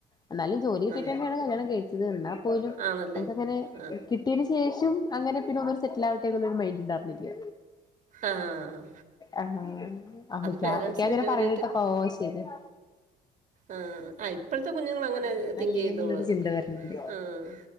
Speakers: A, on the left; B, on the right.
A: എന്നാലും ജോലി കിട്ടീട്ട്
B: ആ
A: തന്നെയാണ് കല്യാണം കഴിച്ചത് എന്നാപോലും
B: ആണല്ലേ
A: നമുക്ക് അങ്ങനെ
B: ആ
A: കി അതിന് ശേഷം അങ്ങനെ പിന്നെ ഒന്നൂടെ സെറ്റിൽ ആവട്ടെ എന്നൊന്നും ഒരു മൈൻഡ് ഉണ്ടാരുന്നില്ല
B: ആഹ്
A: ആഹ് <unintelligible>
B: പേരൻസിന്
A: അങ്ങനെ
B: ജോലി
A: പറയണ കേട്ടപ്പോ ഓഹ് ശരി-
B: ആഹ് ആ ഇപ്പഴത്തെ കുഞ്ഞുങ്ങള് അങ്ങനെ
A: വേണല്ലേ
B: തിങ്ക് ചെയ്യത്തൊള്ള്
A: എന്നുള്ളൊരു ചിന്ത വരുന്നുണ്ട്
B: ആഹ്